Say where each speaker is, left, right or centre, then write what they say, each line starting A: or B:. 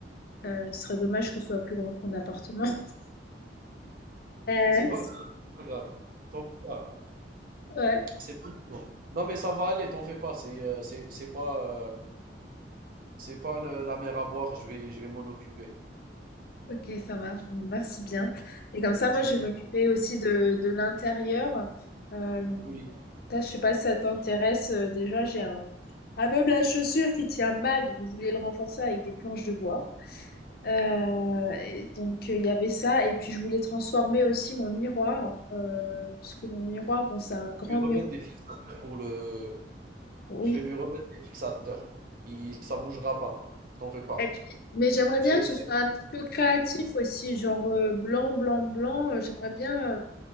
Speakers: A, on the left; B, on the right.
A: Euh, ce serait dommage que ce soit plus grand que mon appartement. <laughs> Euh,
B: C'est pas grave, c'est pas grave, t'en fais pas.
A: ouais.
B: C'est pas urgent. Non, mais ça va aller, t'en fais pas, c'est, heu, c'est c'est pas, heu, c'est pas le la mer à boire, je vais je vais m'en occuper.
A: Ok, ça marche. Merci bien. Et comme ça, moi,
B: Tu
A: je
B: voulais
A: vais m'occuper aussi de, de l'intérieur. Euh,
B: Oui,
A: ça, je sais pas si ça t'intéresse. euh, déjà, j'ai un, un meuble à chaussures qui tient mal, donc je voulais le renforcer avec des planches de bois. Euh, et donc, euh, il y avait ça. Et puis, je voulais transformer aussi mon miroir, euh, parce que mon miroir, bon, c'est un grand
B: je vais lui remettre
A: miroir.
B: des fixateurs pour le.
A: Oui.
B: Je vais lui remettre des fixateurs. Il, ça bougera pas. T'en fais pas.
A: Et puis, mais j'aimerais
B: J'ai.
A: bien que ce soit
B: j'ai-
A: un petit peu créatif aussi, genre euh, blanc, blanc, blanc. Euh, J'aimerais bien, euh,